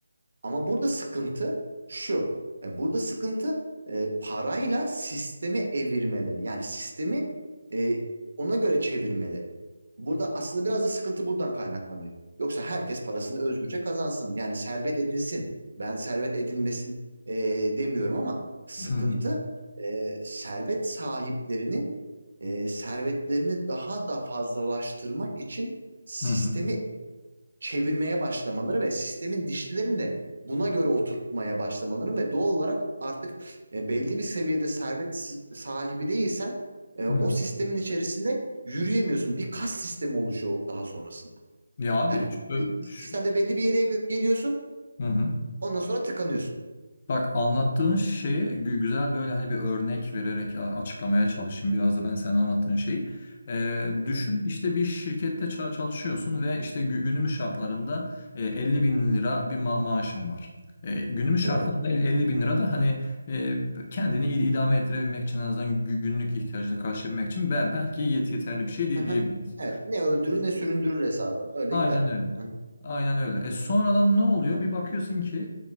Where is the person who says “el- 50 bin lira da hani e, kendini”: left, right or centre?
Left